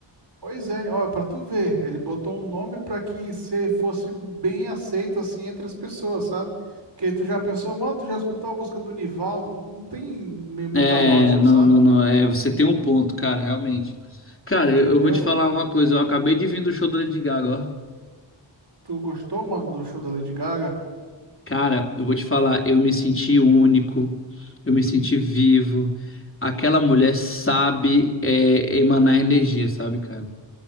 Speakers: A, on the right (about 60°); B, on the left (about 30°).
A: Pois é, ó, pra tu ver, ele botou um nome pra que se fosse bem aceito assim entre as pessoas, sabe? Porque tu já pensou, mano, tu já escutou a música do Nivaldo? Não, não tem me- muita
B: É,
A: lógica,
B: não,
A: sabe?
B: não, não, é, você tem um ponto, cara, realmente. Cara,
A: Entendeu?
B: eu, eu vou te falar uma coisa, eu acabei de vir do show do Lady Gaga, ó.
A: Tu gostou, mano, do show da Lady Gaga?
B: Cara, eu vou te falar, eu me senti único, eu me senti vivo. Aquela mulher sabe, é, emanar energia, sabe, cara?